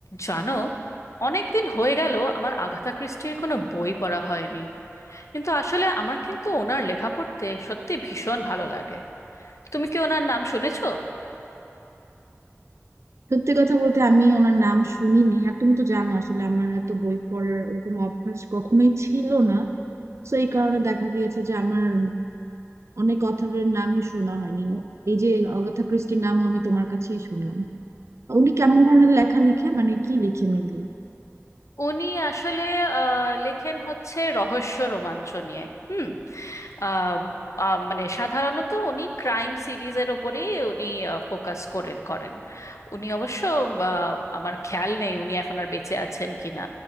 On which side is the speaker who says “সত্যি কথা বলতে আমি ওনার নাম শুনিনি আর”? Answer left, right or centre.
Right